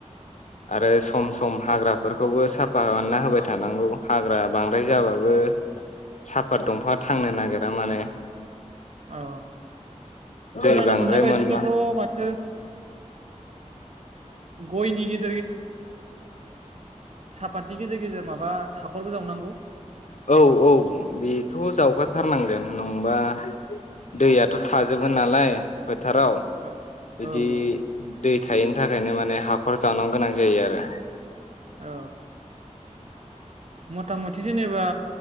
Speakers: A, on the left; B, on the right.
A: आरो सम सम हाग्राफोरखौबो साफा खालामना होबाय थानांगौ हाग्रा बांद्राय जाबाबो साफा दंफा थांनो नागिरा माने।
B: औ
A: दै
B: खोनानो
A: बांद्राय
B: मोननाय बायदिब्लाथ'
A: मोनबा
B: माथो। गयनि गेज सापातनि गेजेर गेजेर माबा हाखरबो जावनांगौ
A: औ औ बेथ' जावगाथार- खानांगोन नंबा दैयाथ' थाजोबो नालाय फोथाराव
B: औ
A: बिदि
B: औ औ
A: दै थायिनि थाखायनो माने हाखर जावनो गोनां- जायो आरो।
B: औ मथामथ थि जेनेबा